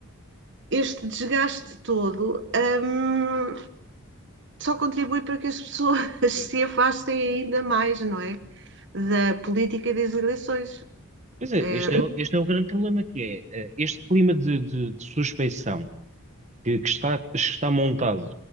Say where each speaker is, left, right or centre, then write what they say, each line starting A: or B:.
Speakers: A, on the right; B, on the right.
A: este desgaste todo hum, só contribui para que as pessoas <laughs> se afastem ainda mais, não é? Da política e das eleições.
B: Pois é,
A: É,
B: este é, o- este é o grande problema que é eh, este clima de, de, de suspeição que, que está, está montado